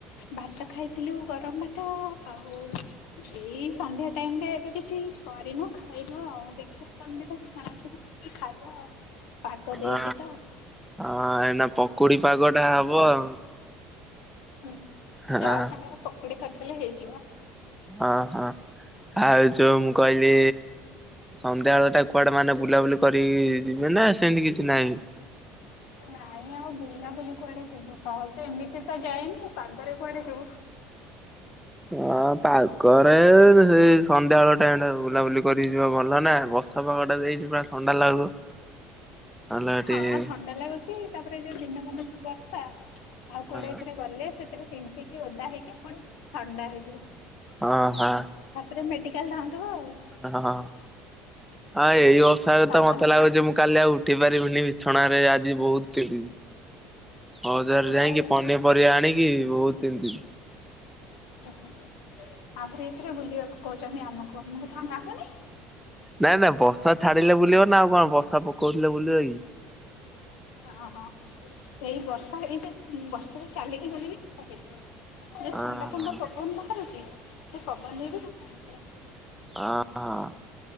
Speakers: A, on the left; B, in the centre.
A: ଭାତ ଖାଇଥିଲୁ ଗରମ ଭାତ ଆଉ ଏଇ ସନ୍ଧ୍ୟା ଟାଇମ ରେ ଏବେ କିଛି କରିନୁ ଖାଇନୁ ଆଉ ଦେଖିଆ କଣ ଦିଟା ଛାଣାଛୁଣି କରି ଖାଇବା ଆଉ ପାଗ ଦେଇଚି
B: ଅ
A: ତ ଆଉ।
B: ହଁ ଏଇନା ପକୁଡି ପାଗ ଟା ହବ ଆଉ।
A: ହୁଁ
B: ହଁ
A: ଚା ସାଙ୍ଗରେ ପକୁଡି କରିଦେଲେ ହେଇଯିବ।
B: ହଁ- ହଁ ଆଉ ଯୋଉ ମୁଁ କହିଲି ସନ୍ଧ୍ୟାବେଳେଟା କୁଆଡେ ମାନେ ବୁଲାବୁଲି କରି ଯିବେ ନା, ସେମତି କିଛି ନାହିଁ?
A: ନାଇଁ ଆଉ ବୁଲା ବୁଲି କୁଆଡେ ଯିବୁ, ସହଜେ ଏମିତି ତ ଯାଏନି। ପାଗରେ କୁଆଡେ ଯିବୁ?
B: ହଁ ପାଗରେ ସେଇ ସନ୍ଧ୍ୟାବେଳ ଟାଇମଟା, ବୁଲାବୁଲି କରିକି ଯିବା ଭଲ ନା। ବସ ର୍ଷା ପାଗଟା ଦେଇଛି ପୁରା ଥଣ୍ଡା ଲାଗୁ ନହେଲେ
A: ହଁ
B: ଟିକେ
A: ଥଣ୍ଡା ଲାଗୁଛି, ତାପରେ ଏଇ ଯୋଉ ଦିନମାନ ଯୋଉ ବର୍ଷା ଆଉ
B: ହଁ
A: କୁଆଡ଼େ ଏଥିରେ ଗଲେ, ସେଥିରେ ତିନ୍ତିକି ଓଦା ହେଇକି ପୁଣି ଥଣ୍ଡା ହେଇଯିବ।
B: ଅ - ହ।
A: ତାପରେ ମେଡିକାଲ୍ ଧାଉଁଥିବ ଆଉ।
B: ହ- ହ ଆଁ ଏଇ ବର୍ଷାକୁ
A: ତମମାନଙ୍କୁ
B: ତ ମତେ ଲାଗୁଛି, ମୁଁ କାଲି ଆଉ ଉ ଉଠି ପାରିବିନି ବିଛଣାରେ, ଆଜି ବହୁତ କି ବଜାର
A: ଆଉ
B: ଯାଇକି
A: ଏଥିରେ
B: ପନିପରିବା ଆଣିକି ବହୁତ ତିନ୍ତିଚି।
A: ଓ ହୋ ଆହୁରି, ଏଥିରେ ବୁଲିଆକୁ କହୁଛନ୍ତି ଆମକୁ। ଆମକୁ ଥଣ୍ଡା ହବନି
B: ନାଁ - ନାଁ ବର୍ଷା ଛାଡିଲେ ବୁଲିବ ନା, ଆଉ କଣ ବର୍ଷା ପକଉଥିଲେ ବୁଲିବ କି।
A: ହଁ- ହଁ ସେଇ ବର୍ଷା, ଏଇ ଯୋଉ ବର୍ଷା ଚାଲିକି ଗଲେ ବି ଥଣ୍ଡା ହେଇଯିବ। ଯୋଉ
B: ହଁ
A: ଥଣ୍ଡା ଥଣ୍ଡା
B: ହଁ।
A: ପବନ ବାହାରୁଛି, ସେ ପବନରେ ବି ଥଣ୍ଡା ହେଇଯିବ।
B: ଅ- ହଁ।